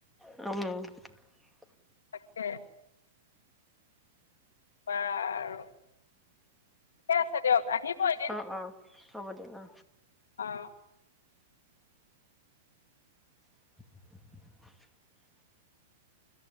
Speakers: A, in the centre; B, on the left.
A: উম
B: তাকে বাৰো ঠিকে আছে দিয়ক। আহিব এদিন
A: অ অ হ'ব দিয়ক অ
B: অ
A: <inaudible>